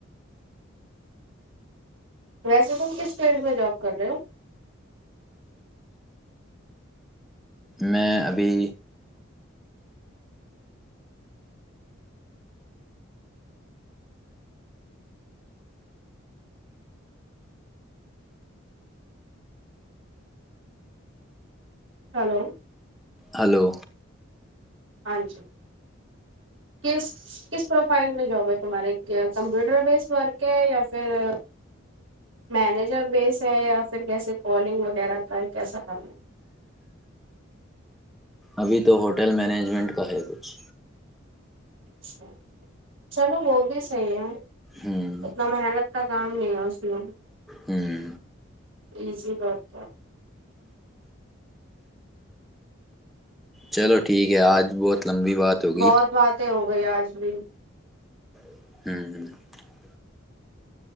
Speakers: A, on the right; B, in the centre.
A: ویسے تم کس فیلڈ میں جاب کر رہے ہو
B: میں ابھی
A: ہلو
B: ہلو
A: ہاں جی کس کس پروفائل میں جاب ہے تمہارے کمپیوٹر بیسڈ ورک ہے یا پھر مینجر بیس ہے یا پھر کیسے کالنگ وغیرہ کا ہے کیسا کرنا
B: ابھی تو ہوٹل مینجمنٹ کا ہے کچھ
A: اچھا چلو وہ بھی صحیح ہے
B: ہوں
A: اتنا محنت کا کام نہیں ہے اس دن
B: ہوں
A: ایزی برک ہے
B: چلو ٹھیک ہے آج بہت لمبی بات ہوگی
A: بہت باتیں ہو گیا آج بھی
B: ہوں ہ